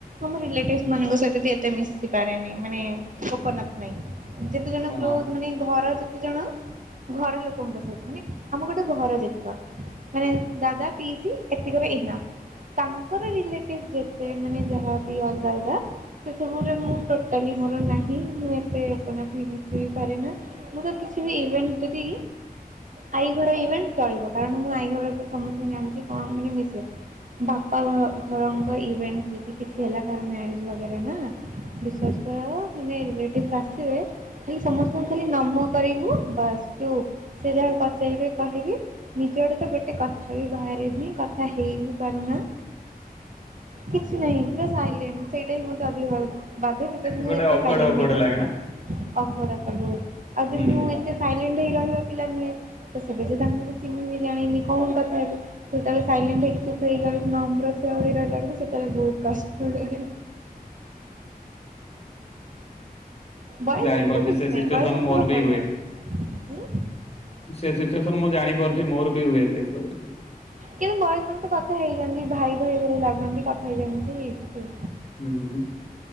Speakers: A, on the right; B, on the left.
A: ଆମ ରିଲେଟିଭସ୍ ମାନଙ୍କ ସହିତ ବି ଏତେ ମିଶି ପାରେନି ମାନେ ଓପନ୍ ଅପ୍ ନାଇଁ। ଯେତେ ଜଣ
B: ହଁ।
A: କ୍ଲୋଜ ମାନେ ଘର ଯେତେ ଜଣ ଘର ଲୋକଙ୍କ ସହିତ ମାନେ ଆମ ଗୋଟେ ଘର ଯେତିକ ମାନେ ଦାଦା ପିଇସି ଏତିକରେ ଏନଫ୍। ତାଙ୍କର ରିଲେଟିଭ ଯେତେ ମାନେ ଯାହାବି ଅଲଗା ଅଲଗା ସେ ସବୁରେ ମୁଁ ଟୋଟାଲି ମୋର ନାହିଁ ମୁଁ ଏତେ ଓପନଆପ୍ ହେଇ ମିଶି ପାରେନା ମୁଁ ତ କିଛି ବି ଇଭେଣ୍ଟ ଯଦି ଆଈ ଘର ଇଭେଣ୍ଟ ଚଳିବ କାରଣ ମୁଁ ଆଈ ଘର ସମସ୍ତଙ୍କୁ ଜାଣିଛି କଣ ମାନେ ମିଶେ ବାପା ଘର ଘରଙ୍କ ଇଭେଣ୍ଟ ଯଦି କିଛି ହେଲା କାହାର ମ୍ୟାରେଜ ବଗେରା ନା ବିଶ୍ୱାସ୍ <unintelligible> ମାନେ ଆସିବେ ଖାଲି ସମସ୍ତଙ୍କୁ ଖାଲି ନମ କରିବୁ ବାସ୍ ଚୁପ୍ ସେ ଯାହା ପଚାରିବେ କହିବି। ନିଜ ଆଡୁ ତ ଗୋଟେ କଥା ବି ବାହାରେନି କଥା ହେଇ ବି ପାରୁନା। କିଛି ନାହିଁ ପୁରା ସାଇଲେଣ୍ଟ୍ ସେଇଟା ହିଁ ମୋତେ ଅଧିକ ବାଧେ ବିକଜ୍ ମୁଁ
B: ଗୋଟେ
A: ଏତେ
B: ଅକୁଆଡ
A: ସାଇଣ୍ଟ
B: ଅକୁଆଡ
A: ହେଇ ରହିପାରେନି।
B: ଲାଗେ ନା
A: <unintelligible> ବହୁତ ଆଉ
B: ହୁଁ
A: ଯେ ମୁଁ ଏତେ ସାଇଲେଣ୍ଟ ହେଇ ରହିବ ପିଲା ନୁହେଁ ତ ସେବେ ଯେ ତାଙ୍କୁ ଚିହ୍ନିନି ଜାଣିନି କଣ କଥା ହେବି ସେତେବେଳେ ସାଇଲେଣ୍ଟ ହେଇକି ଚୁପ୍ ହେଇକି ନମ୍ର ଛୁଆ ରହିଲା ଭଳିଆ ବହୁତ କଷ୍ଟ ହୁଏ। ବଏଜ
B: ମୁଁ ଜାଣିପାରୁଚି
A: ମାନଙ୍କର କିଛି
B: ସେ
A: ନାହିଁ
B: ସିଚୁଏସନ୍
A: ବଏଜ ମାନଙ୍କର
B: ମୋର ବି
A: ବଢିଆ।
B: ହୁଏ।
A: ହୁଁ
B: ସେ ସିଚୁଏସନ୍ ମୁଁ ଜାଣିପାରୁଚି ମୋର ବି ହୁଏ ସେଇ ସବୁ
A: କିନ୍ତୁ ବୟଜ୍ ମାନେ ତ କଥା ହେଇଯାନ୍ତି ଭାଇ ଭାଇ ଭଳିଆ ଲାଗନ୍ତି କଥା ହେଇଯାନ୍ତି ଟିକେ
B: ଉଁ ହୁଁ।